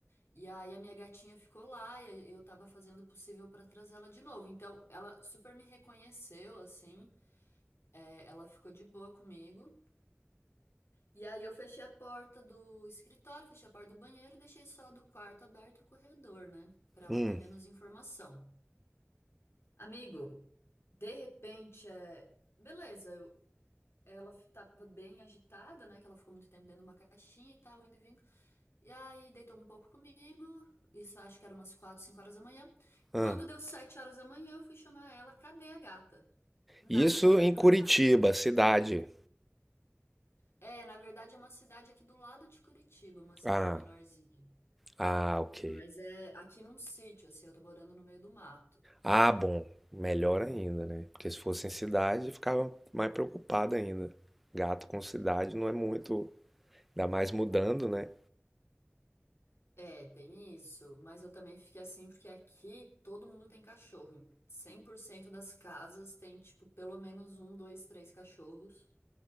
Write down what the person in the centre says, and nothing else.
Hum,
hã.
Isso
em Curitiba,
cidade.
Ah,
ah, ok.
Ah, bom, melhor ainda, né? Porque se fosse em cidade, ficava mais preocupado ainda. Gato com cidade não é muito, ainda mais mudando, né?